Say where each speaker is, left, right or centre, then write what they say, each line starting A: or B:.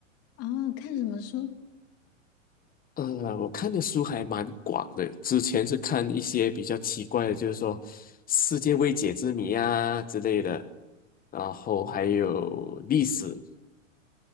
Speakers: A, on the left (about 40°); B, on the left (about 20°).
A: 哦，看什么书？
B: 呃，我看的书还蛮广的，之前是看一些比较奇怪的，就是说世界未解之谜啊之类的，然后还有历史，